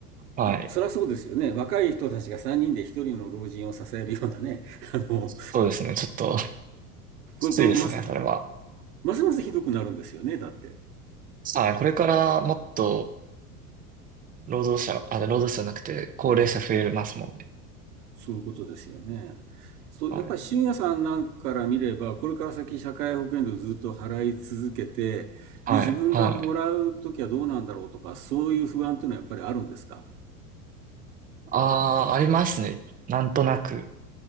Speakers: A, on the right (about 20°); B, on the right (about 70°).
A: はい。
B: そりゃそうですよね。若い人たちが3人で1人の老人を支えるようなね。<laughs> あの、こ
A: そうですね。ちょっと <laughs> きついですね、
B: れ、これます、
A: それは。
B: ますますひどくなるんですよね。だって。
A: はい。これからもっと労働者、あ、労働者じゃなくて高齢者増えますもんね。
B: そういうことですよね。そう、
A: はい。
B: やっぱり信也さんなんかから見れば、これから先社会保険料ずっと払い続けて、
A: はい。
B: で、自分がもらうときはどうなんだろうとか、
A: はい。
B: そういう不安というのはやっぱりあるんですか
A: ああ、ありますね。なんとなく。